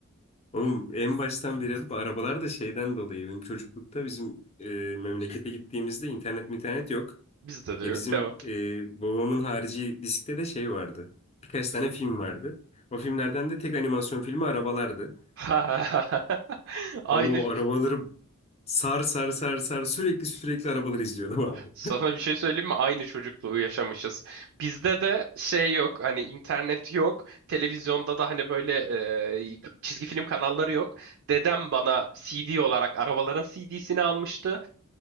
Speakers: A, on the left; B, on the right.
A: oğlum en baştan beri alıp arabalar da şeyden dolayı benim çocuklukta bizim e, memlekete gittiğimizde internet internet yok.
B: Bizde de
A: E
B: yok
A: bizim
B: devam.
A: e, babamın harici diskte de şey vardı. Birkaç tane film vardı. O filmlerden de tek animasyon filmi arabalardı.
B: <laughs> Aynı
A: Ama o arabaları sar sar sar sar sürekli sürekli arabaları izliyordum abi.
B: Sana bir şey söyleyeyim mi? Aynı çocukluğu yaşamışız. Bizde de şey yok. Hani internet yok. Televizyonda da hani böyle e, çizgi film kanalları yok. Dedem bana CD olarak arabaların CD'sini almıştı.